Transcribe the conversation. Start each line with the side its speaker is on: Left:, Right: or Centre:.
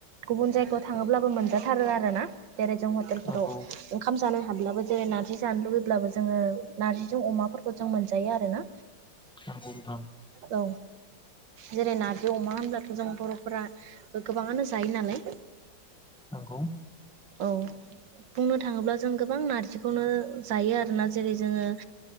Right: गुबुन जायगायाव थाङोब्लाबो मोनजाथारो आर ना जेरै जों हटेलफोराव
Centre: नंगौ
Right: ओंखाम जानो हाब्लाबो जेरै नारजि जानो लुुबैब्लाबो जोङो नारजिजों अमाफोरखौ खौ जों मोनजायो आरो ना
Centre: <unintelligible>
Right: औ जेरै नारजि अमा होनब्लाथ' जों बर'फोरा गोबाङानो जायो नालाय
Centre: नंगौ
Right: औ बुंनो थाङोब्ला जों गोबां नारजिखौनो जायो आरोोना जेरै जोङो